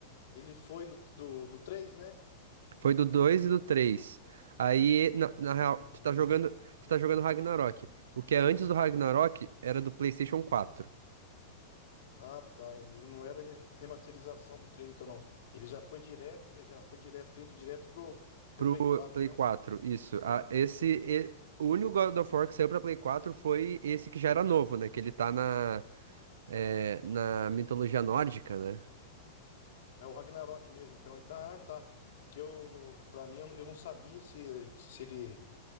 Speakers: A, on the left; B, on the right.
A: ele foi no, do, do 3, né?
B: Foi do 2 e do três Aí, na, na real,
A: Hum.
B: tu tá jogando, tu tá jogando Ragnarok. O que é antes do Ragnarok era do PlayStation 4.
A: Ah, tá. Ele não era res- remasterização do 3, então não. Ele já foi direto, ele já foi direto, feito direto pro, pro
B: Pro
A: Play quatro,
B: Play
A: né?
B: 4, isso. Ah, esse, e- o único God of War que saiu pra Play 4 foi esse que já era novo, né? Que ele tá na, é, na mitologia nórdica, né?
A: É o Ragnarok mesmo, então. Então, ah, tá. Que eu, no, pra mim, eu não eu não sabia se, se ele